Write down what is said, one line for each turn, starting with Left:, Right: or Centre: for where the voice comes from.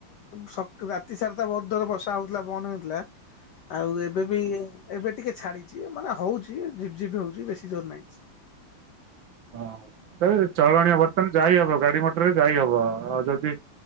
Left: ସକ୍ ରାତି ସାରା ତ, ବହୁତ ଜୋର ବର୍ଷା ହଉଥିଲା ପବନ ହଉଥିଲା।
Right: <inaudible>
Left: ଆଉ ଏବେ ବି ଏବେ ଟିକେ ଛାଡିଛି, ମାନେ ହଉଛି ଝିପ ଝିପ ହଉଛି ବେଶୀ ଜୋର ନାହିଁ,।
Right: ହଁ ଚଳଣିଆ ବର୍ତ୍ତମାନ ଯାଇ ହବ ଗାଡି ମଟରରେ ଯାଇ ହବ ଆଉ ଯଦି